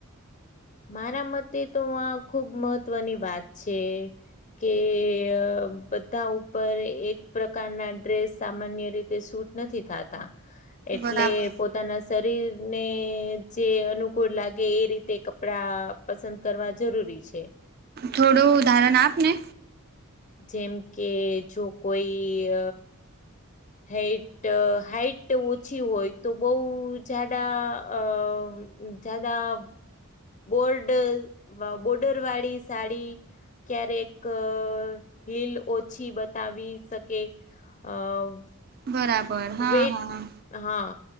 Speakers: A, on the left (about 30°); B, on the right (about 45°).
A: મારા મતે તો આ ખુબ મહત્વની વાત છે. કે અ બધા ઉપર એક પ્રકારના ડ્રેસ સામાન્ય રીતે સૂટ નથી થાતા એટલે
B: બરાબર
A: પોતાના શરીર ને જે અનુકૂળ લાગે એ રીતે ક પડા પસંદ કરવા જરૂરી છે.
B: થોડું ઉદાહારણ આપ ને
A: જેમ કે જો કોઈ હાઇટ હાઈટ ઓછી હોય તો બહુ જાડા અ <unintelligible> ગોલ્ડ બોર્ડર વાળી સાડી ક્યારેક હિલ ઓછી બતાવી શકે અ
B: બરાબર હા
A: વેટ
B: હા
A: હા